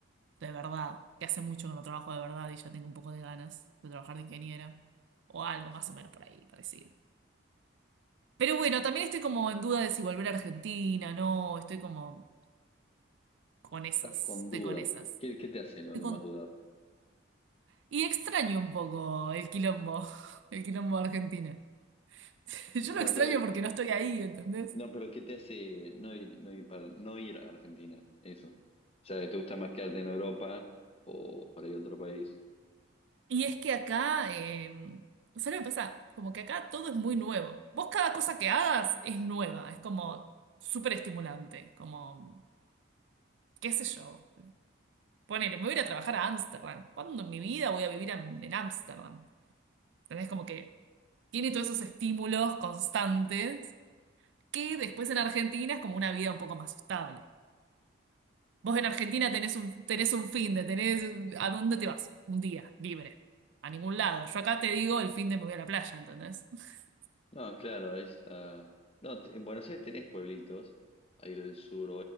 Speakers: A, on the right; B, on the left.
A: de verdad, que hace mucho que no trabajo de verdad y ya tengo un poco de ganas de trabajar de ingeniera o algo más o menos por ahí parecido. Pero bueno, también estoy como en duda de si volver a Argentina, no, estoy como con esas,
B: estás con
A: estoy
B: duda.
A: con esas.
B: ¿Qué, qué te hace lo
A: Estoy
B: que
A: con
B: más dudar?
A: Y extraño un poco el quilombo, <laughs> el quilombo de Argentina. <laughs> Yo
B: No,
A: lo extraño
B: pero,
A: porque no estoy ahí, ¿entendés?
B: no, pero ¿qué te hace no ir, no ir para, no ir a Argentina? Eso. O sea, ¿te gusta más quedarte en Europa o para ir a otro país?
A: Y es que acá, eh, ¿sabes lo que pasa? Como que acá todo es muy nuevo. Vos cada cosa que hagas es nueva, es como súper estimulante, como, qué sé yo. Ponele, me voy a ir a trabajar a Ámsterdam. ¿Cuándo en mi vida voy a vivir en en Ámsterdam? ¿Entendés? Como que tiene todos esos estímulos constantes que después en Argentina es como una vida un poco más estable. Vos en Argentina tenés un, tenés un finde, tenés... ¿A dónde te vas? Un día, libre. A ningún lado. Yo acá te digo, el finde me voy a la playa, ¿entendés? <laughs>
B: No, claro, es la... No, t- en Buenos Aires tenés pueblitos, ahí lo del sur